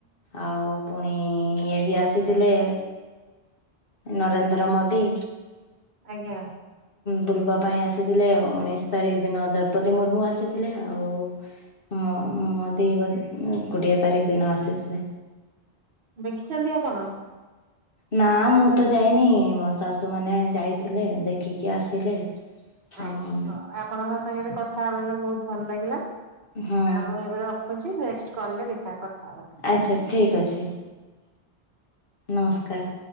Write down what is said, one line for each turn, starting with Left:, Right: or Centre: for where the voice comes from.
Left: ଆଉ। ପୁଣି ଇଏ ବି ଆସିଥିଲେ। ନରେନ୍ଦ୍ର ମୋଦି।
Right: ଆଜ୍ଞା।
Left: ବୁଲବା ପାଇଁ ଆସିଥିଲେ ଉଣେଇଶି ତାରିଖ ଦିନ ଦ୍ରୌପଦୀ ମୁର୍ମୁ ଆସିଥିଲେ ଆଉ। ମୁ ମୋଦି ବୋ କୋଡିଏ ତାରିଖ ଦିନ ଆସିଥିଲେ।
Right: ଦେଖିଚନ୍ତି ଆପଣ?
Left: ନା ମୁଁ ତ ଯାଇନି ମୋ ଶାଶୁ ମାନେ ଯାଇଥିଲେ ଦେଖିକି ଆସିଲେ।
Right: ଆଏ
Left: ଆଉ
Right: ଆପଣଙ୍କ ସାଙ୍ଗରେ କଥା ହେବଲେ ବହୁତ ଭଲ ଲାଗିଲା
Left: ହଁ
Right: ଆମ ଏବେ ର ଛି ନେକ୍ସଟ କଲରେ ଦେଖିବା କଥା ହବା।
Left: ଆଚ୍ଛା ଠିକ୍ ଅଛି ନମସ୍କାର।